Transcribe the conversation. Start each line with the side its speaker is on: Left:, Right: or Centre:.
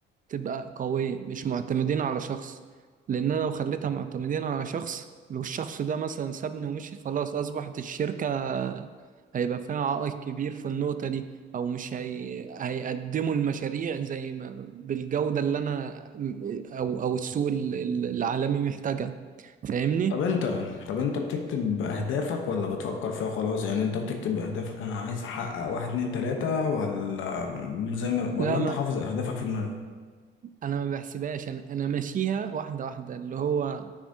Right: تبقى قوية مش معتمدين على شخص لان انا لو خليتها معتمدين على شخص لو الشخص ده مثلا سابني ومشي خلاص اصبحت الشركة هيبقى فيها عائق كبير في النقطة دي او مش هي... هيقدموا المشاريع زي ما بالجودة اللي انا او او السوق ال- ال- العالمي محتاجها فاهمني
Left: طب انت طب انت بتكتب اهدافك ولا بتفكر فيها خلاص يعني انت بتكتب اهدافك انا عايز احقق واحد اتنين تلاتة ولا زي ما
Right: لا
Left: ولا انت
Right: ما
Left: حافظ اهدافك في دماغك
Right: انا ما بحسبهاش انا انا ماشيها واحده واحده اللي هو